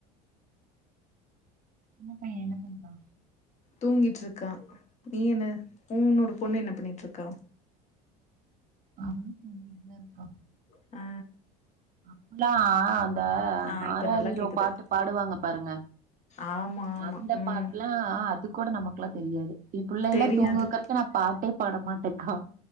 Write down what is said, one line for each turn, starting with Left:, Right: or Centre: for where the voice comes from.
Right: சின்ன பைய என்ன பன்றா
Left: தூங்கிட்ருக்கா நீ என்ன உ உன்னோட பொண்ணு என்ன பண்ணிட்ருக்கா
Right: அவளு தூங்கிட்டுதாருக்கா
Left: அ
Right: அப்புலா அந்த
Left: ஆ இப்ப
Right: ஆராரிரோ
Left: நல்லா கேக்குது
Right: பாட்டு பாடுவாங்க பாருங்க
Left: ஆமா ஆமா
Right: அந்த
Left: ம்
Right: பாட்லா அது கோட நமக்குலா தெரியாது ஏ புள்ளை
Left: தெரியாது
Right: எல்லா தூங்க வெக்கற்க்கு நா பாட்டே பாட மாட்டேங்கா